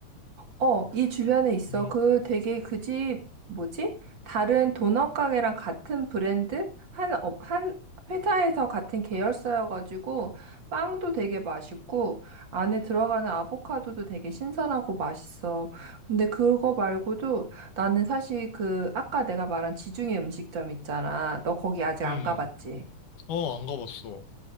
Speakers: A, on the right (about 40°); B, on the left (about 80°).
A: 어, 이 주변에 있어.
B: 음,
A: 그 되게 그 집, 뭐지? 다른 도넛 가게랑 같은 브랜드? 한, 업 한 회사에서 같은 계열사여가지고, 빵도 되게 맛있고, 안에 들어가는 아보카도도 되게 신선하고 맛있어. 근데 그거 말고도 나는 사실 그, 아까 내가 말한 지중해 음식점 있잖아. 너 거기 아직 안
B: 음,
A: 가봤지?
B: 음. 어, 안 가봤어.